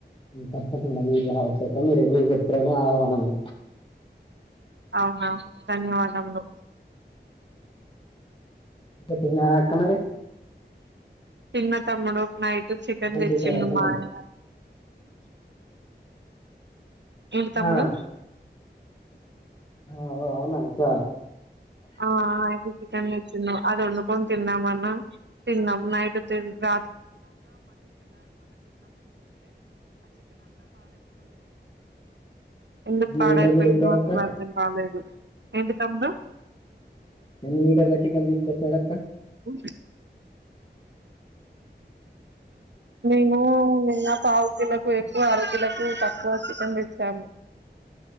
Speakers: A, on the left (about 30°); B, on the right (about 75°).
A: తప్పకుండా మీరు రావచ్చక మీరు మీకు ఎప్పుడనా ఆవానము
B: అవునా ధన్యవాదములు
A: తిన్నారా అక్క మరి
B: చిన్న తమ్ముడు నైట్ చికెన్
A: ఫోన్
B: తెచ్చిడుమ్
A: చేశారా అక్క
B: మా
A: మీరు
B: ఆయన ఏంటి తమ్ముడు
A: ఆ, ఆవు ఆవు అవునా అక్క
B: ఆ ఆ <unintelligible> వచ్చన్నా అది వండుకొని తిన్నామ అన్నా తిన్నాం నైట్ త ఎందుకు
A: ఎన్ని
B: పాడయిపోయిందో
A: లీటర్లు తెచ్చాడక్క
B: అసలు అర్థం కాలేదు ఏంటి తమ్ముడు
A: ఎన్ని లీటర్ల చికెన్ తీసుకొచ్చాడక్క
B: కొ మేను నేన్న కా <unintelligible> కు తకువ చికెన్ తెచ్చాం